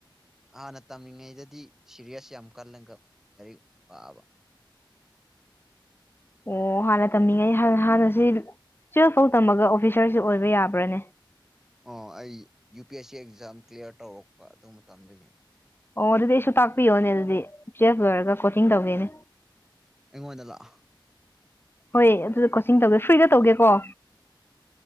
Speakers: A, in the centre; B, on the left.
A: ꯍꯥꯟꯅ ꯇꯝꯃꯤꯉꯩꯗꯗꯤ ꯁꯤꯔꯤꯌꯥꯁ ꯑꯃꯀꯂꯒ ꯋꯥꯕ
B: ꯑꯣ ꯍꯥꯟꯅ ꯇꯝꯃꯤꯉꯩ ꯍꯥꯟꯅꯁꯤ ꯇꯨꯋꯦꯜꯐ ꯐꯥꯎ ꯇꯝꯃꯒ ꯑꯣꯐꯤꯁꯥꯔꯁꯤ ꯑꯣꯏꯕ ꯌꯥꯕ꯭ꯔꯅꯦ
A: ꯑꯣ ꯑꯩ U P S C exam clear ꯇꯧꯔꯛꯄ ꯑꯗꯨ ꯃꯇꯝꯗꯒꯤ
B: ꯑꯣ ꯑꯗꯨꯗꯤ ꯑꯩꯁꯨ ꯇꯥꯛꯄꯤꯌꯣꯅꯦ ꯑꯗꯨꯗꯤ ꯇꯨꯌꯦꯐ ꯂꯣꯏꯔꯒ ꯀꯣꯆꯤꯡ ꯇꯧꯒꯦꯅꯦ
A: ꯑꯩꯉꯣꯟꯗ ꯂꯥꯛꯑꯣ
B: ꯍꯣꯏ ꯑꯗꯨꯗ ꯀꯣꯆꯤꯡ ꯇꯧꯒꯦ ꯐ꯭ꯔꯤꯗ ꯇꯧꯒꯦꯀꯣ